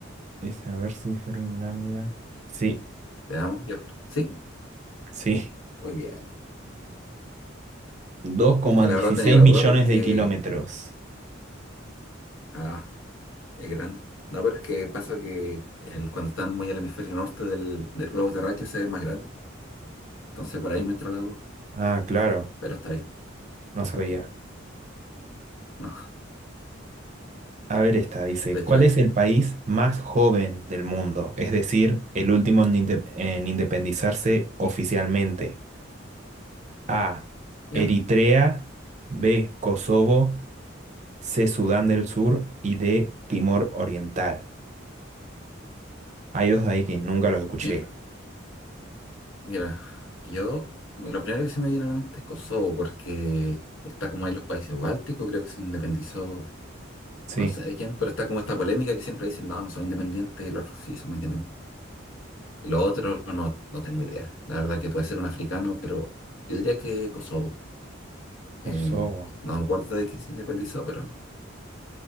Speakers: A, on the right; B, on the left.
A: Es a ver si es Groenlandia. Sí,
B: Veamos, yo creo. Sí,
A: sí.
B: Muy bien.
A: Dos coma
B: Eh, La
A: dieciséis
B: verdad tenía la
A: millones
B: duda porque,
A: de kilómetros.
B: ah, es grande. No, pero es que pasa que el- cuando están muy al hemisferio norte del, del globo terráqueo se ve más grande. Entonces por ahí me entró la duda,
A: Ah, claro,
B: pero está bien.
A: no
B: Ujú.
A: sabía.
B: No,
A: A ver esta, dice,
B: de hecho
A: ¿cuál
B: ahí,
A: es el país más joven del mundo? Es decir, el último en, inde- en independizarse oficialmente. A,
B: ya,
A: Eritrea, B, Kosovo, C, Sudán del Sur y D, Timor Oriental. Hay dos de ahí que nunca los escuché.
B: mira, mira, yo, lo primero que se me viene a la mente es Kosovo porque está como ahí los países bálticos, creo que se independizó,
A: Sí,
B: no sé de quién, pero está como esta polémica que siempre dicen, no, no son independientes y los otros sí somos independientes. Lo otro no, no tengo idea. La verdad que puede ser un africano, pero yo diría que Kosovo. Eh,
A: Kosovo.
B: no me acuerdo de quién se independizó, pero